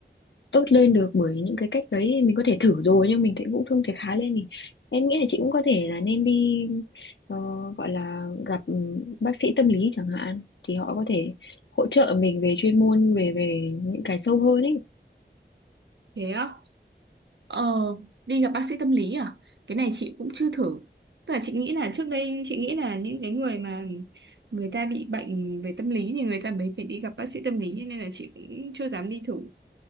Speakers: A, on the left (about 80°); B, on the right (about 75°).
A: tốt lên được bởi những cái cách đấy mình có thể thử rồi nhưng mình thấy cũng không thể khá lên thì em nghĩ là chị cũng có thể là nên đi ờ, gọi là gặp ừ, bác sĩ tâm lý chẳng hạn thì họ có thể hỗ trợ mình về chuyên môn về về những cái sâu hơn ấy
B: Thế á? Ờ, đi gặp bác sĩ tâm lý à? Cái này chị cũng chưa thử. Tức là chị nghĩ là trước đây chị nghĩ là những cái người mà người ta bị bệnh về tâm lý thì người ta mới phải đi gặp bác sĩ tâm lý cho nên là chị cũng chưa dám đi thử.